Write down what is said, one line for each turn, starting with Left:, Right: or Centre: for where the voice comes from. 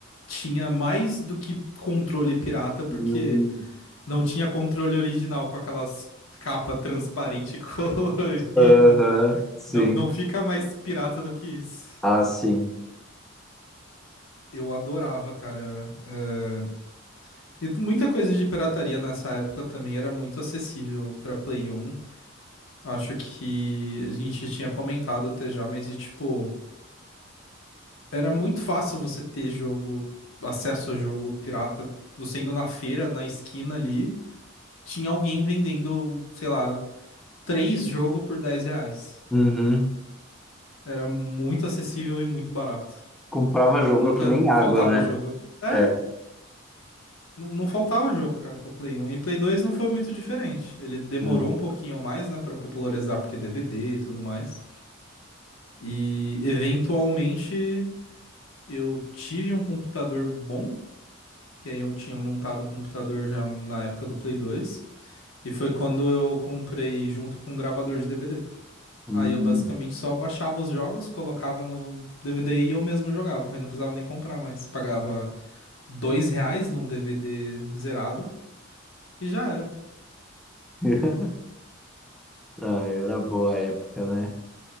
Left: tinha mais do que controle pirata, porque
Centre: Hum.
Left: não tinha controle original com aquelas capa transparente <laughs> colorida.
Centre: Aham, sim.
Left: Não, não fica mais pirata do que isso.
Centre: Ah, sim.
Left: Eu adorava, cara. eh, E muita coisa de pirataria nessa época também era muito acessível pra Play 1. Acho que a gente tinha comentado até já, mas de tipo, era muito fácil você ter jogo, acesso a jogo pirata, você indo na feira, na esquina ali, tinha alguém vendendo, sei lá, três jogos por 10 reais.
Centre: Uhum.
Left: Era muito acessível e muito barato.
Centre: Comprava
Left: Então
Centre: jogo
Left: nunca
Centre: que nem água,
Left: faltava
Centre: né?
Left: jogo. É,
Centre: É.
Left: não, não faltava jogo, cara, pro Play 1. E Play 2 não foi muito diferente. Ele demorou
Centre: Uhum.
Left: um pouquinho mais, né, pra popularizar, porque DVD e tudo mais. E eventualmente Eu tive um computador bom, que aí eu tinha montado o computador já na época do Play 2. E foi quando eu comprei junto com um gravador de DVD.
Centre: Hum.
Left: Aí eu basicamente só baixava os jogos, colocava no DVD e eu mesmo jogava. Eu não precisava nem comprar mais. Pagava dois reais num DVD zerado e já era.
Centre: <laughs> Ah, era boa a época, né?